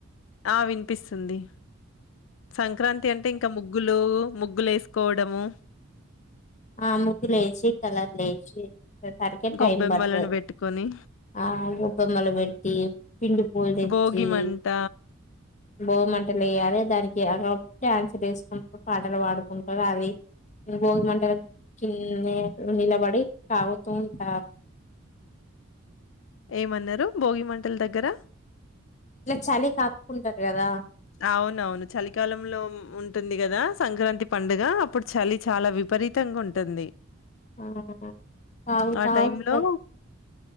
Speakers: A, on the left; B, on the left.
A: ఆ వినిపిస్తుంది సంక్రాంతి అంటే ఇంకా ముగ్గులు, ముగ్గులు వేసుకోవడము.
B: ఆ ముగ్గులు లేసి కలర్లు లేసి సరికే టైం
A: గొబ్బెమ్మలను
B: పడుతది,
A: పెట్టుకొని,
B: ఆ గొబ్బెమ్మలు పెట్టి పిండి పూలు తెచ్చి
A: భోగి మంట.
B: భోగిమంటలు లేయాలి దానికి ఆ హా డ్యాన్స్లు వేసుకుంటు, పాటలు పాడుకుంటరు అది భోగిమంటలు కీ నీ నిలబడి తాగుతూ ఉంటార్
A: ఏమన్నారు భోగి మంటల్ దగ్గర
B: ఇలా చలి కాపుకుంటరు కదా
A: అవునవును చలికాలంలో ఉంటుంది కదా, సంక్రాంతి పండుగ అప్పుడు చలి చాలా విపరీతంగా ఉంటుంది.
B: ఆ తాగుతా
A: ఆ టైమ్
B: ఉంటారు
A: లో